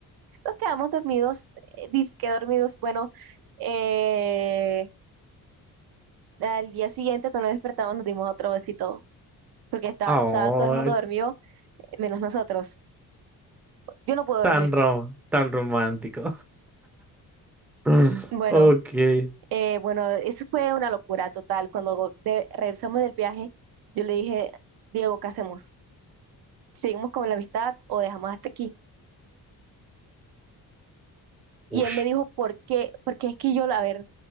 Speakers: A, on the right (about 75°); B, in the centre.
A: Nos quedamos dormidos, eh, dizque dormidos, bueno, eh, al día siguiente cuando nos despertamos nos dimos otro besito, porque estaba,
B: Oh,
A: estaba todo el mundo dormido, eh, menos nosotros. Yo no puedo
B: tan
A: dormir.
B: rom, tan romántico. <laughs>
A: Bueno.
B: Ok.
A: Eh, bueno, eso fue una locura total. Cuando de- regresamos del viaje, yo le dije, Diego, ¿qué hacemos? ¿Seguimos con la amistad o dejamos hasta aquí? Y
B: Ush,
A: él me dijo, ¿por qué? Porque es que yo, a ver,